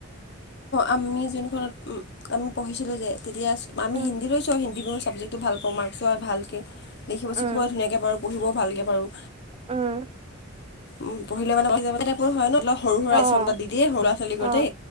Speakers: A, on the left; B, on the right.
A: আমি যোনখনতমি পঢ়িছিলোঁ যে তেতিয়া আমি
B: উম,
A: হিন্দী লৈছো হিন্দী চাবজেক্টটো ভাল পওঁ মাৰ্কটো ভালকৈ লিখিবিিকিিবও
B: উম,
A: ধুনীয়ৈ পাৰো পঢ়িবও ভালকৈ পাৰোঁ
B: উম
A: উ পঢ়িলে মানে যাব হয় ন সৰু সৰু
B: অ',
A: আলচ্যন এটা দি দিয়েই সৰু লৰা ছোৱালী
B: অ',
A: গটেই